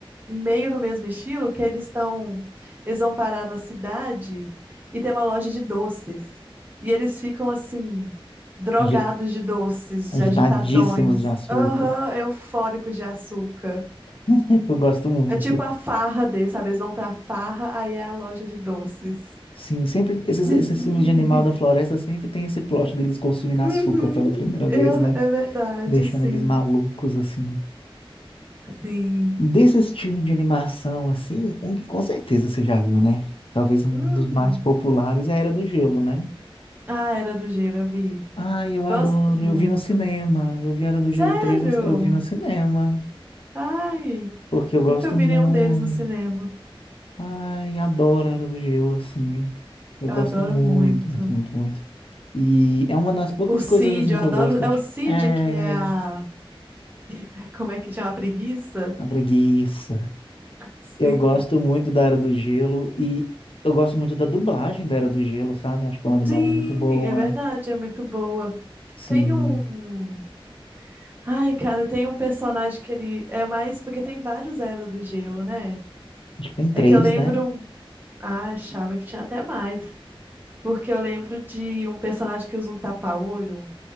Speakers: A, on the right (about 20°); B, on the left (about 70°).
A: meio no mesmo estilo que eles estão, eles vão parar na cidade e tem uma loja de doces. E eles ficam assim, drogados
B: Agi-
A: de doces,
B: Agitadíssimos
A: de agitadões,
B: de açúcar.
A: aham, eufóricos de açúcar.
B: <laughs> Eu gosto muito.
A: É tipo a farra deles, sabe? Eles vão pra farra, aí é a loja de doces.
B: Sim, sempre esses,
A: <laughs>
B: esses filmes de animal da floresta sempre tem esse plot deles consumindo
A: Uhum,
B: açúcar pela primeira
A: eu-
B: vez, né?
A: é verdade,
B: Deixando
A: sim.
B: eles malucos, assim.
A: Sim.
B: Desse estilo de animação, assim, um que com certeza você já viu, né? Talvez um
A: Hum.
B: dos mais populares é a Era do Gelo, né?
A: Ah, Era do Gelo, eu vi.
B: Ai, eu
A: Gosto
B: adoro.
A: muito.
B: Eu vi no cinema. Eu vi Era do Gelo
A: Sério?
B: 3. no- eu vi no cinema.
A: Ai,
B: Porque eu
A: nunca
B: gosto
A: vi
B: muito.
A: nenhum deles no cinema.
B: Ai, adoro a Era do Gelo, assim. Eu
A: Eu
B: gosto
A: adoro
B: muito,
A: muito.
B: muito, muito, muito. E é uma das poucas
A: O Cid,
B: coisas, assim,
A: eu
B: que
A: adoro.
B: eu gosto
A: É
B: de.
A: o Cid
B: É.
A: que é a. <laughs> Como é que chama? A preguiça?
B: A preguiça.
A: Sim.
B: Eu gosto muito da Era do Gelo e eu gosto muito da dublagem da Era do Gelo, sabe? Acho que é uma dublagem
A: Sim,
B: muito boa.
A: é verdade, é muito boa.
B: Sim.
A: Tem um. Ai, cara, tem um personagem que ele é mais. Porque tem vários Era do Gelo, né?
B: Acho que tem três,
A: É que eu lembro.
B: né?
A: Ah, achava que tinha até mais. Porque eu lembro de um personagem que usa um tapa-olho.